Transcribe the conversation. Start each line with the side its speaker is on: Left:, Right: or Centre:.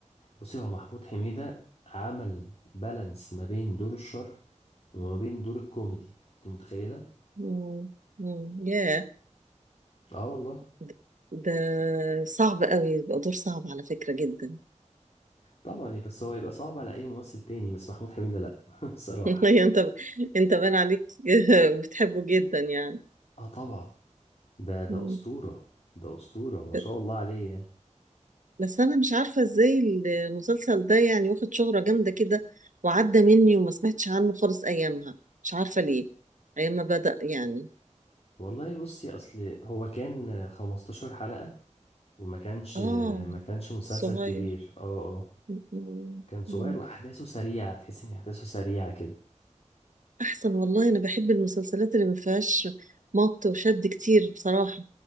Left: بصي هو محمود حميدة عمل بالانس ما بين دور الشر وما بين دور الكوميدي انت متخيلة؟
Right: مم. مم. ياه
Left: اه والله
Right: ده ده صعب قوي يبقى دور صعب على فكرة جدا
Left: طبعا يبقى- بس هو يبقى صعب على اي ممثل تاني بس محمود حميدة لا <laughs> بصراحة
Right: <laughs> أيوة، انت انت باين عليك <laughs> بتحبه جدا يعني
Left: اه طبعا ده ده
Right: مم.
Left: اسطورة ده اسطورة ما
Right: ب-
Left: شاء الله عليه يعني
Right: بس انا مش عارفة ازاي المسلسل ده يعني واخد شهرة جامدة كده وعدى مني وما سمعتش عنه خالص ايامها مش عارفة ليه ايام ما بدأ يعني
Left: والله بصي اصل هو كان 15 حلقة وما كانش
Right: اه
Left: ما كانش مسلسل
Right: صغير
Left: كبير اه اه
Right: مم.
Left: كان صغير
Right: مم.
Left: واحداثه سريعة تحس ان احداثه سريعة كده
Right: احسن والله انا بحب المسلسلات اللي ما فيهاش مط وشد كتير بصراحه